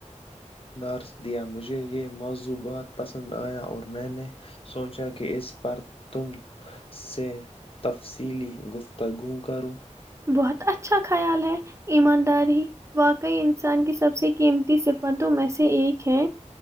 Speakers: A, on the left (about 45°); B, on the right (about 20°).
A: دار دیا مجھے یہ موضوع بہت پسند آیا اور میں نے سوچا کہ اس پر تم سے تفصیلی گفتگو کروں
B: بہت اچھا خیال ہے ایمانداری واقعی انسان کی سب سے قیمتی صفتوں میں سے ایک ہے